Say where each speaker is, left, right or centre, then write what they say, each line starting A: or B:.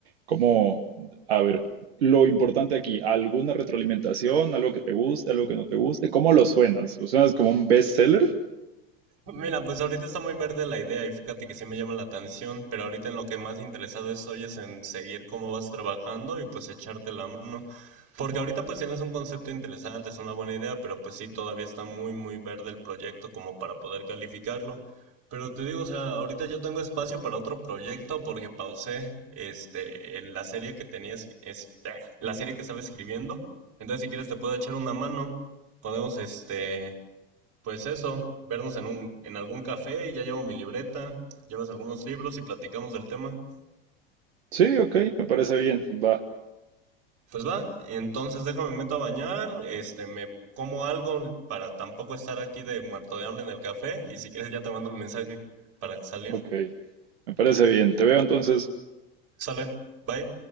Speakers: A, on the right; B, on the right.
A: ¿cómo? A ver, lo importante aquí, ¿alguna retroalimentación? ¿Algo que te guste, algo que no te guste? ¿Cómo lo suenas? ¿Lo suenas como un bestseller?
B: Mira, pues ahorita está muy verde la idea y fíjate que sí me llama la atención, pero ahorita en lo que más interesado estoy es en seguir cómo vas trabajando y pues echarte la mano. Porque ahorita pues tienes un concepto interesante, es una buena idea, pero pues sí, todavía está muy, muy verde el proyecto como para poder calificarlo. Pero te digo, o sea, ahorita yo tengo espacio para otro proyecto porque pausé este, el- la serie que tenías, este, la serie que estaba escribiendo. Entonces, si quieres te puedo echar una mano. Podemos, este... Pues eso, vernos en un, en algún café y ya llevo mi libreta, llevas algunos libros y platicamos del tema.
A: Sí, ok, me parece bien, va,
B: Pues va, entonces déjame meto a bañar, este, me como algo para tampoco estar aquí de muerto de hambre en el café y si quieres ya te mando un mensaje para salir.
A: ok, me parece bien. Te veo entonces.
B: Sale, bye.